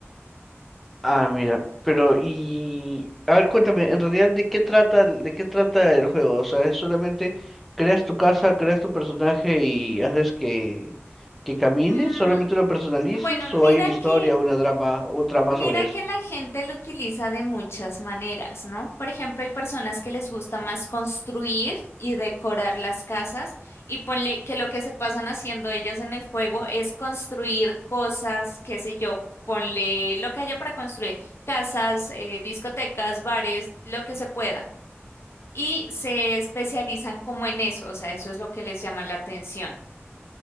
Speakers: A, in the centre; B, on the left.
A: Ah, mira, pero y a ver, cuéntame, en realidad de qué trata, de qué trata el juego, o sea, es solamente creas tu casa, creas tu personaje y haces que que camine,
B: Mm,
A: solamente lo personalizas
B: bueno, mira
A: o hay una historia,
B: que
A: una drama, un trama
B: Mira
A: sobre eso.
B: que la gente lo utiliza de muchas maneras, ¿no? Por ejemplo, hay personas que les gusta más construir y decorar las casas y ponle que lo que se pasan haciendo ellos en el juego es construir cosas, qué sé yo, ponle lo que haya para construir, casas, eh, discotecas, bares, lo que se pueda. Y se especializan como en eso, o sea, eso es lo que les llama la atención.